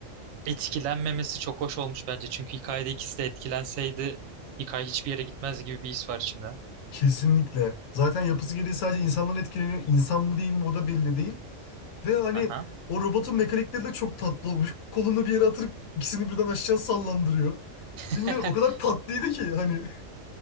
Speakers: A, on the right; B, on the left.
A: etkilenmemesi çok hoş olmuş bence. Çünkü hikayede ikisi de etkilenseydi hikaye hiçbir yere gitmez gibi bir his var şimdi.
B: Kesinlikle. Zaten yapısı gereği sadece insanlar etkileniyor. İnsan mı değil mi o da belli değil. Ve hani
A: Aha.
B: o robotun mekanikleri de çok tatlı olmuş. Kolunu bir yere atırıp ikisini birden aşağı sallandırıyor.
A: <laughs>
B: Bilmiyorum o kadar tatlıydı ki hani. <laughs>